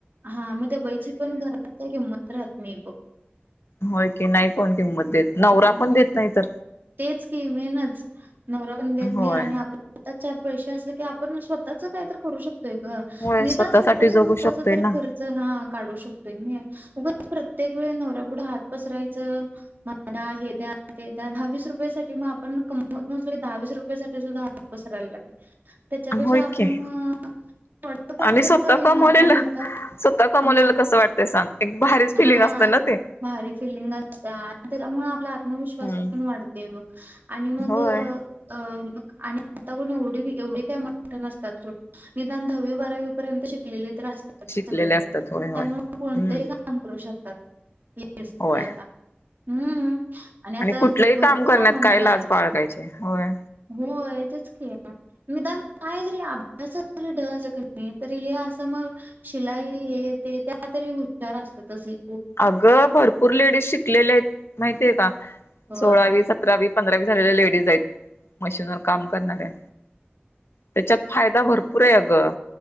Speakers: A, on the right; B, on the left.
A: हा, मग त्या बाईची पण घरात काय किंमत राहत नाही बघ.
B: होय की नाही कोण किंमत देत. नवरा
A: हम्म.
B: पण देत नाही तर.
A: तेच की मेनचं नवरा पण देत नाही
B: होय
A: आणि आपल्या हातात चार पैसे असले की आ पण स्वतःच काय तर करू शकतोय ग
B: होय
A: निदान
B: स्वतःसाठी
A: स्वतःच
B: जगू
A: स्वतःच
B: शकतोय
A: तरी
B: ना
A: खर चं हा काडू शकतोयनी उगच प्रत्येक वेळी नवऱ्यापुढं हात पसरायचं मा दा हे द्या ते द्या दहावीस रुपयसाठी मग आपण कमवत नसलो दहावीस रुपयासाठी सुद्धा पसरायल लागेल त्याच्यापेक्षा
B: होय
A: आपण
B: की
A: थोडंफार
B: आणि
A: तरी
B: स्वतः
A: का होईना
B: कमवलेलं
A: आता लिहिता
B: स्वतः कमवलेलं
A: हा
B: कस वाट त सांग एक भारीच फिलिंग
A: हा
B: असतं ना ते.
A: भारी फिलिंग असता आणि त्याच्यामुळं आपला आत्मविश्वास
B: हम्म
A: पण वाढतंय बघ आणि मग
B: होय
A: अ मग आणि आता कोणी एवढी बी एवढी काय मोठं नसत्यात सोड. निदान दहावी बारावी पर्यंत शिकलेली तर असतात
B: शिकलेले
A: सगळीजण
B: असतात होय होय
A: त्यामुळं कोणतही
B: हम्म
A: का काम करू शकतात <unintelligible>
B: होय
A: र आता. हम्म आणि आता
B: कुठलंही
A: भरपूर
B: करण्यात
A: काम
B: काय
A: निघाल्यात.
B: लाज बाळगायची होय
A: होय तेच कि. निदान काय जरी अभ्यासात जरी ढ असलं कनी तरी हे असं मग शिलाई हे ते त्यात तरी हुशार असतातचं गे.
B: अगं भरपूर लेडीज शिकलेले आहेत माहितिये का
A: होय
B: सोळावी सत रावी पंधरावी झालेल्या लेडीज आहेत मशीनवर काम करणाऱ्या त्याच्यात फायदा भरपूर आहे अगं